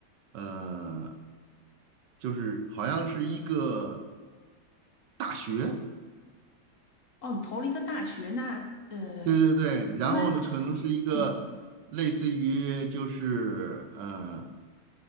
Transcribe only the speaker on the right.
呃，就是好像是一个大学，
对对对，然后呢，
可能是一个类似于就是呃